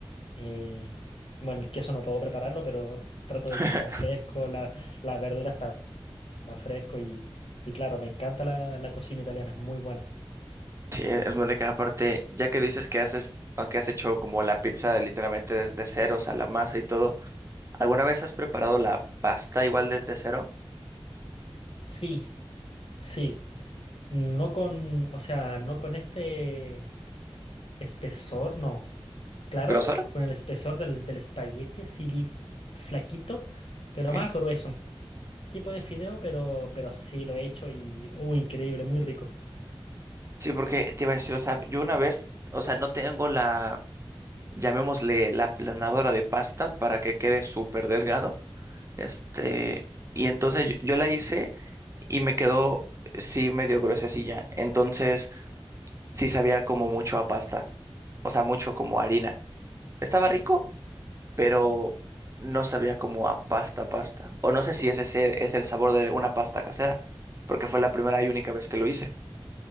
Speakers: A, on the left (about 75°); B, on the right (about 30°).
A: Eh, bueno, el queso no puedo prepararlo, pero trato
B: <laughs>
A: de que sea fresco, la, la verdura está fresco y, y claro, me encanta la, la cocina italiana, es muy buena.
B: Sí, es muy rica. Aparte, ya que dices que haces, o que has hecho como la pizza literalmente desde cero, o sea, la masa y todo, ¿alguna vez has preparado la pasta igual desde cero?
A: Sí, sí. No con, o sea, no con este espesor, no. Claro,
B: ¿Grosor?
A: con el espesor del, del espagueti, así li- flaquito, pero
B: ¿Qué?
A: más grueso. Tipo de fideo, pero, pero sí lo he hecho y, uh, increíble, muy rico.
B: Sí, porque te iba a decir, o sea, yo una vez, o sea, no tengo la, llamémosle la planadora de pasta para que quede súper delgado. Este, y entonces yo, yo la hice y me quedó, sí, medio gruesecilla. Entonces, sí sabía como mucho a pasta, o sea, mucho como harina. Estaba rico pero no sabía como a pasta pasta. O no sé si ese se- es el sabor de una pasta casera, porque fue la primera y única vez que lo hice.